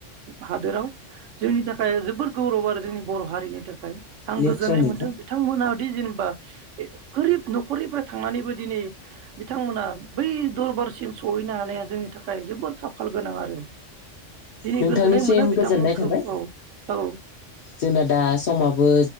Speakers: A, on the right (about 80°); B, on the left (about 55°).
A: हादोराव जोंनि थाखाय जोबोद गौरब आरो जोंनि बर' हारिनि थाखाय आं
B: निस्सय
A: गोजोननाय मोनदों
B: नोंथां
A: बिथा बिथांमोनादि जेनेबा गोरिब न'खरनिफ्राय थांनानैबो दिनै बिथांमोना बै दरबारसिम सहैनो हानाया जोंनि थाखाय जोबोर खाफाल गोनां आरो दिनै
B: नोंथांनिसिम
A: गोजोननाय मोनो बिथांमोनखौ
B: गोजोननाय थाबाय
A: औ औ
B: जोंना दा समाबो